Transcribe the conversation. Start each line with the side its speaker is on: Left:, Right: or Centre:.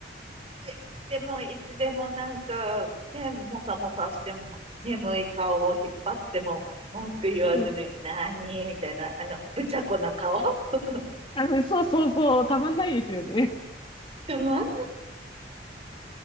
Right: いつでも、いつでもなんか、ね、もさもさしても、眠い顔を引っ張っても、文句言わずに、
Left: うん。
Right: なにみたいな、あの、ぶちゃこな顔。<laughs>
Left: あそうそうそう、たまんないですよね。
Right: でまんな